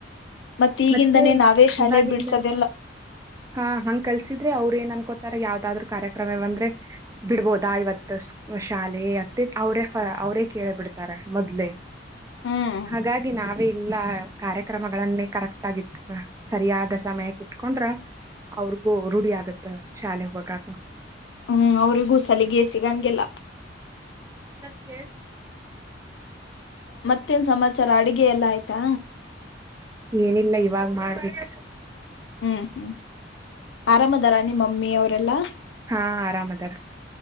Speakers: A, on the left; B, on the right.
A: ಮತ್ತೀಗಿಂದನೇ
B: ಮತ್ತೆ
A: ನಾವೇ ಶಾಲೆ
B: ಇವಾಗಿಂದ
A: ಬಿಡ್ಸದೆಲ್ಲ
B: ಹಾ ಹಂಗ್ ಕಲ್ಸಿದ್ರೆ ಅವ್ ಏನ್ ಅನ್ಕೋತಾರ ಯಾವ್ದಾದ್ರು ಕಾರ್ಯಕ್ರಮ ಬಂದ್ರೆ ಬಿಡ್ಬೋದಾ ಇವತ್ತು ಶಾಲೆ ಅತ್ತೆ ಅವ್ರೇ ಅವ್ರೇ ಕೇಳ ಬಿಡ್ತಾರ ಮೊದ್ಲೆ
A: ಹ್ಮ್
B: ಹಾಗಾಗಿ ನಾವೇ ಇಲ್ಲ ಕಾರ್ಯಕ್ರಮಗಳನ್ನೇ ಕರೆಕ್ಟ್ ಆಗ ಇಟ್ ಸರಿಯಾದ ಸಮಯಕ್ಕೆ ಇಟ್ಕೊಂಡ್ರ ಅವ್ರಿಗೂ ರೂಢಿ ಆಗತ್ತ ಶಾಲೆ ಹೋಗಕ
A: ಹ್ಮ್ ಅವ್ರಿಗೂ ಸಾಲಿಗೆೇಸಿಗಂಗೆಲ್ಲ
B: ಸ ಕೇಳ್
A: ಮತ್ತೇನ್ ಸಮಾ ಆಚರ ಅಡುಗೆ ಎಲ್ಲ ಆಯ್ತಾ
B: ಏನಿಲ್ಲ ಇವಾಗ ಮಾಡ್ಬೇಕಿಕ್
A: ಹ್ಮ್ ಹ್ಮ್ ಆರಾಮ ದರ ಮಮ್ಮಿ ಅವರೆಲ್ಲಾ
B: ಹಾ ಆರಾಮ್ ಅದಾರ